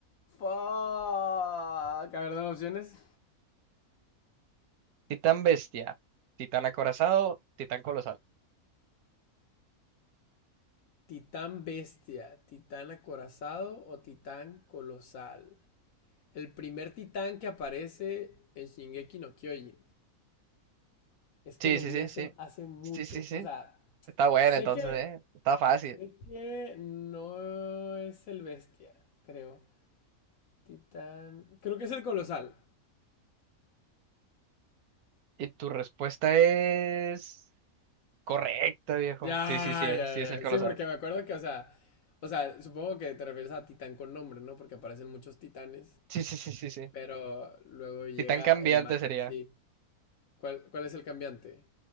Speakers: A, on the left; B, on the right.
A: Fuck. A ver, dame opciones.
B: Titán bestia, titán acorazado, titán colosal.
A: Titán bestia, titán acorazado o titán colosal. El primer titán que aparece en Shingeki no Kyojin. Es que
B: Sí,
A: lo
B: sí,
A: vi
B: sí,
A: hace,
B: sí.
A: hace mucho.
B: Sí, sí, sí.
A: O sea,
B: Está bueno
A: sé
B: entonces,
A: que,
B: ¿eh? Está fácil.
A: sé que no es el bestia, creo. Titán. Creo que es el colosal.
B: Y tu respuesta es correcta, viejo.
A: Ya,
B: Sí, sí, sí, eh,
A: ya,
B: sí es el
A: ya.
B: colosal.
A: Sí, porque me acuerdo que, o sea, o sea, supongo que te refieres a titán con nombre, ¿no? Porque aparecen muchos titanes.
B: Sí, sí, sí, sí, sí.
A: Pero luego llega
B: Titán cambiante
A: el ma...
B: sería.
A: Sí. ¿Cuál, cuál es el cambiante?